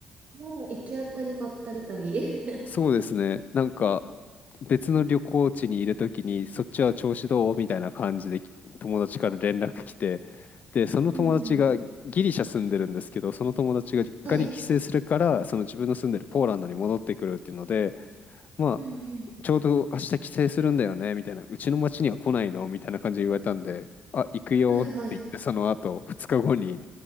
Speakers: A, on the right; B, on the left.
A: まあ、行き当たりばったり旅。<laughs>
B: そうですね。なんか別の旅行地にいるときに、そっちは調子どうみたいな感じで友達から連絡来て、で、その友達がギリシャ住んでるんですけど、
A: うんうん。
B: その友達が実家に帰省するから、
A: はい。
B: その自分の住んでるポーランドに戻ってくるっていうので、まあ、
A: うんうん。
B: ちょうど明日帰省するんだよね、みたいな、うちの町には来ないのみたいな感じで言われたんで、あ、行くよって言って、
A: はいはい。
B: その後、2日後に